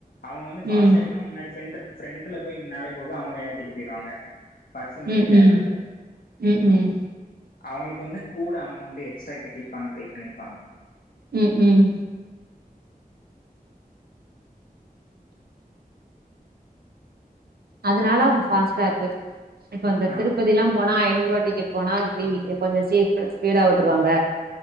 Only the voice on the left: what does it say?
அவங்க வந்து பாஸ்
டேக்னா முன்னாடி ஃப்ரென்ட் ஃப்ரென்ட்ல போய் நின்னால போது அவங்களே ஏத்திட்டு போய்ருவாங்க வரிசில நிக்க
தேவேல்ல
ஆமா அவங்களுக்கு வந்து கூட அமௌண்ட் எக்ஸ்ட்ரா கட்டிருப்பாங்க பே பண்ணியிருப்பாங்க
ஆமா